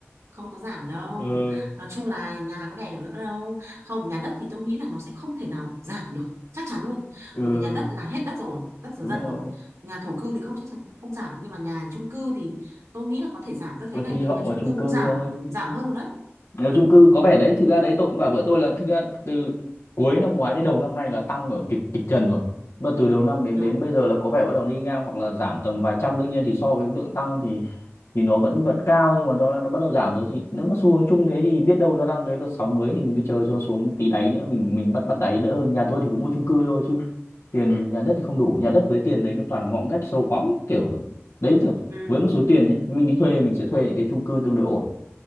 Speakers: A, on the right (about 80°); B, on the left (about 70°).
A: không có giảm đâu
B: ừ
A: nói chung là nhà có đẻ được nữa đâu không nhà đất thì tôi nghĩ là nó sẽ không thể nào giảm được chắc chắn luôn
B: ừ
A: bởi vì nhà đất là hết đất rồi đất rồi
B: đúng
A: dân
B: rồi
A: rồi nhà thổ cư thì không chắc chắn không giảm nhưng mà nhà chung cư thì tôi nghĩ là có thể giảm tôi
B: ừ
A: thấy là
B: thì
A: nhiều
B: hy vọng
A: nhà
B: vào
A: chung
B: chung
A: cư cũng
B: cư
A: giảm
B: thôi
A: giảm hơn rồi đấy
B: Nếu chung cư có vẻ đấy thực ra đấy tôi cũng bảo vợ tôi là thực ra từ cuối năm ngoái đến đầu năm nay là tăng ở kịch kịch trần rồi mà từ đầu năm đến
A: đúng
B: đến bây giờ là có vẻ bắt đầu đi ngang hoặc là giảm tầm vài trăm đương nhiên thì so với lượng tăng thì thì nó vẫn vẫn cao nhưng mà nó nó bắt đầu giảm rồi thì nếu mà xu hướng chung thế thì biết đâu nó đang cái đợt sóng mới thì mình cứ chờ cho nó xuống tí đáy nữa mình mình bắt bắt đáy đỡ hơn nhà tôi thì cũng mua chung cư thôi chứ tiền nhà đất thì không đủ nhà đất với tiền đấy nó toàn ngõ ngách sâu hoắm kiểu đấy thôi
A: ừ
B: với một số tiền nhé mình đi thuê mình sẽ thuê những cái chung cư tương đối ổn